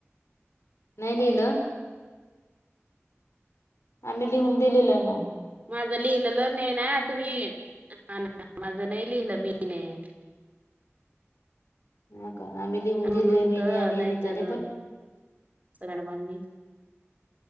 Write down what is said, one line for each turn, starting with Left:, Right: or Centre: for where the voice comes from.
Left: नाही लिहिलं आम्ही लिहून दिलेलं ना
Right: माझं लिहिलंलं नाही ना तुम्ही माझं नाही लिहिलं मी नाही
Left: ह का आम्ही लिहून दिल
Right: म्हणून
Left: मीने
Right: तर
Left: आणि
Right: नाहीतर
Left: अनिताने पण
Right: मॅडमांनी